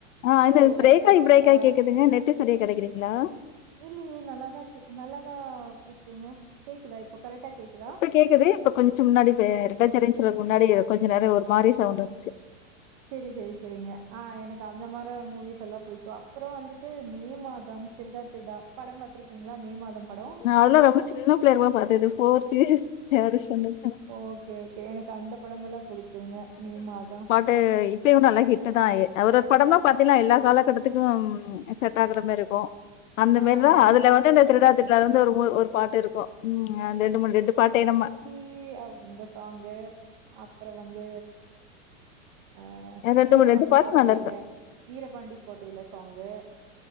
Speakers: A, on the left (about 80°); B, on the right (about 25°).
A: ஆ இது
B: பூவெல்லாம்
A: ப்ரேக்காய்
B: கேட்டுப்பார்.
A: ப்ரேக்காய் கேக்குதுங்க நெட்டு சரியா கிடைக்கலிங்களா
B: இல்லயே நல்லாதா நல்லாதா பேசுறீங்க கேக்குதா இப்போ கரெக்டா கேக்குதா
A: இப்ப கேக்குது இப்ப கொஞ்சம் முன்னாடி ரெட்டச்சடன் சொல்றக்கு முன்னாடி கொஞ்ச நேரம் ஒரு மாரி சவுண்ட் வன்சு
B: சேரி சேரி சேரிங்க ஆ எனக்கு அந்த மார மூவிஸ் எல்லாம் புடிக்கும் அப்பறம் வந்துட்டு மே மாதம் திருடா திருடா படம் பாத்திருக்கீங்களா மே மாதம் படம்
A: நான் அதெல்லாம் ரொம்ப சின்ன பிள்ளையா பாத்தது fourth third standard
B: okay okay எனக்கு அந்த படமல்லாம் புடிக்குங்க மே மாதம்
A: இப்ப இப்பயும் நல்லா ஹிட் தான் அவரு படம்லாம் பாத்தீலாம் எல்லா காலக்கட்டத்துக்கும் செட் ஆக்குற மாரி இருக்கும் அந்த
B: ஆ,
A: மேரிலாம்
B: ஆ.
A: அதுல வந்து இந்த திருடா திருடா வந்து ஒரு மூ ஒரு பாட்டு இருக்கும் ம் ரெண்டு மூணு ரெண்டு பாட்டே நம்ம
B: கீ அது இந்த சாங்கு அப்பறம் வந்து அ
A: ரெண்டு
B: வீரபாண்டி
A: மூணு ரெண்டு பாட்டு
B: கோட்டையில
A: நல்லா இருக்கு
B: வீரபாண்டி கோட்டையில சாங்கு